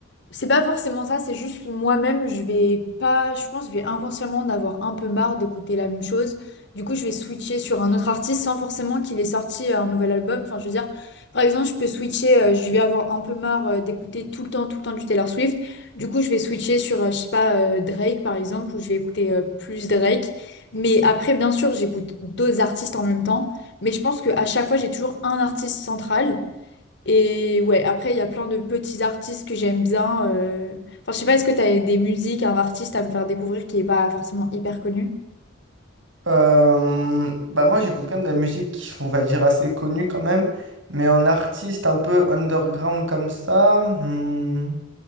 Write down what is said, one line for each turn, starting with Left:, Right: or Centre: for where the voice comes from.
Left: C'est pas forcément ça, c'est juste moi-même, je vais pas, je pense, je vais inconsciemment en avoir un peu marre d'écouter la même chose. Du coup, je vais switcher sur un autre artiste sans forcément qu'il ait sorti euh, un nouvel album. Enfin, je veux dire, par exemple, je peux switcher, euh, je vais avoir un peu marre euh, d'écouter tout le temps, tout le temps du Taylor Swift. Du coup, je vais switcher sur, euh, je sais pas, euh, Drake par exemple, où je vais écouter euh, plus Drake. Mais après, bien sûr, j'écoute d'autres artistes en même temps. Mais je pense qu'à chaque fois, j'ai toujours un artiste central. Et ouais, après, il y a plein de petits artistes que j'aime bien. euh. Enfin, je sais pas, est-ce que t'as des musiques, un artiste à me faire découvrir qui est pas forcément hyper connu?
Right: Euh, bah moi j'écoute quand même de la musique qui on va dire assez connue quand même mais en artiste un peu underground comme ça hmm,